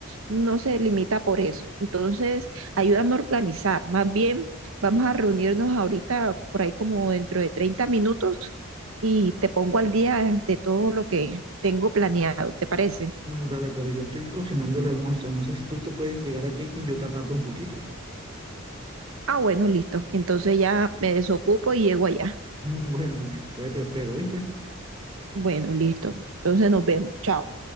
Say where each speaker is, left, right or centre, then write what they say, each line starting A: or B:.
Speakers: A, on the right; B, on the right.
A: no se limita por eso. Entonces, ayúdame a organizar. Más bien, vamos a reunirnos ahorita por ahí como dentro de 30 minutos y te pongo al día de todo lo que tengo planeado, ¿te parece?
B: Mm, Dale, pero yo estoy cocinando el almuerzo. No sé si tú te puedes llegar aquí y yo te aparto un poquito.
A: Ah, bueno, listo. Entonces ya me desocupo y llego allá.
B: <laughs> Bueno, entonces te espero, ¿viste?
A: Bueno, listo. Entonces nos vemos. Chao.